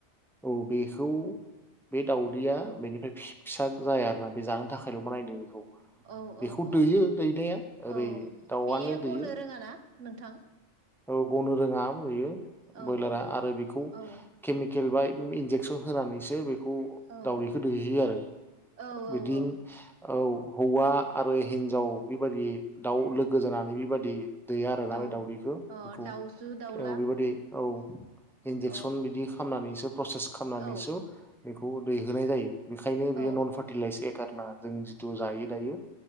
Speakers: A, in the centre; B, on the right.
A: औ बेखौ बे दाउदैया बेनिफ्राय फि-फिसा जाया आरोना। बे जानो थाख खायल' बानायदों बिखौ
B: औ
A: बिखौ
B: औ औ
A: दैयो दैनाया ओरै
B: औ
A: दाउआनो
B: बेयो गनो
A: दैयो।
B: रोङाना नोंथां
A: औ ग'नो रोङा बेयो।
B: औ
A: बयलारा आरो बिखौ
B: औ
A: केमिकेल बाय उम इनजेक्सन होनानैसो बे खौ
B: औ
A: दाउदैखो दैहोयो आरो।
B: औ
A: बिदिन
B: औ औ
A: औ हौवा आरो हिनजाव बेबादि दाउ लोगो जानानै बेबादि। दैया आरोना
B: औ
A: बे दाउदैखौ
B: अ
A: बेखौ
B: दाउजो दाउला
A: औ बेबादि औ इनजेक्सन
B: औ
A: बिदि खामनानैस प्रसेस खामनानैसो
B: औ
A: बेखौ दैहोनाय जायो बेखायनो बेयो
B: औ
A: नन फार गारना जों तु जायो दायो